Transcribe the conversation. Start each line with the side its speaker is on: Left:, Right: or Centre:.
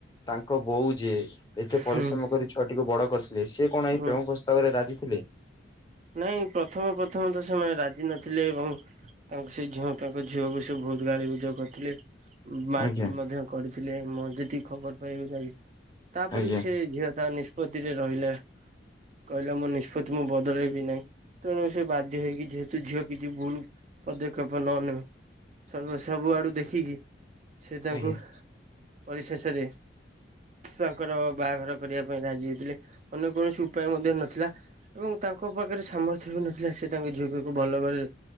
Left: ତାଙ୍କ ବୋଉ ଯିଏ ଏତେ ପରିଶ୍ରମ
Right: ହୁଁ
Left: କରି ଛୁଆଟିକୁ ବଡ଼ କରିଥିଲେ ସେ କଣ ଏଇ
Right: ହୁଁ
Left: ପ୍ରେମ ପ୍ରସ୍ତାବରେ ରାଜି ଥିଲେ।
Right: ନାଇଁ ପ୍ରଥମ ପ୍ରଥମ ତ ସେମାନେ ରାଜି ନଥିଲେ ଏବଂ ତାଙ୍କୁ ସେ ଝିଅ ତାଙ୍କ ଝିଅକୁ ସେ ବହୁତ୍ ଗାଳି ଗୁଜ କରିଥିଲେ। ମାରପିଟ୍
Left: ଆଜ୍ଞା
Right: ମଧ୍ୟ କରିଥିଲେ। ମୁଁ ଯେତିକି ଖବର ପାଇବାକୁ ଯାଇ ତାପରେ
Left: ଆଜ୍ଞା
Right: ବି ସେ ଝିଅ ତା ନିଷ୍ପତ୍ତିରେ ରହିଲା କହିଲା ମୋ ନିଷ୍ପତ୍ତି ମୁଁ ବ ଦଳେଇବି ନାଇଁ ତେଣୁ ସେ ବାଧ୍ୟ ହେଇକି ଯେହେତୁ ଝିଅ କିଛି ଭୁଲ୍ ପଦକ୍ଷେପ ନ ନେବ ସବୁ ସବୁଆଡ଼ୁ ଦେଖିକି ସେ ତାଙ୍କୁ
Left: ଆଜ୍ଞା।
Right: ପରିଶେସେରେ ତାଙ୍କର ବାହାଘର କରିବା ପାଇଁ ରାଜି ହେଇଥିଲେ ଅନ୍ୟ କୌଣସି ଉପାୟ ମଧ୍ୟ ନଥିଲା। ଏବଂ ତାଙ୍କ ପାଖରେ ସାମର୍ଥ୍ୟ ବି ନଥିଲା ସେ ତାଙ୍କ ଝିଅକୁ ଭଲ ଘରେ